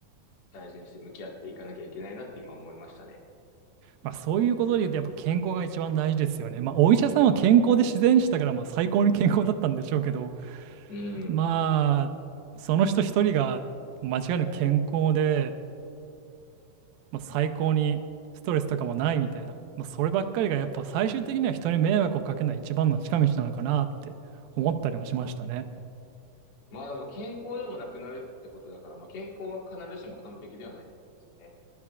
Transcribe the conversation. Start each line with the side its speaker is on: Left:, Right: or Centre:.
Left: 大事にして向き合っていかなきゃいけないなって今思いましたね。
Right: まあそういうことで言うとやっぱ健康が一番大事ですよね。まあお医者さんは健康で自然死だからまあ最高に健康だったんでしょうけど、
Left: うん。
Right: まあその人一人が間違いなく健康でまあ、最高にストレスとかもないみたいな、まあ、そればっかりがやっぱ最終的には人に迷惑をかけない一番の近道なのかなって思ったりもしましたね。
Left: まあでも健康でもなくなるってことだから、まあ健康は必ずしも完璧ではないってことですね。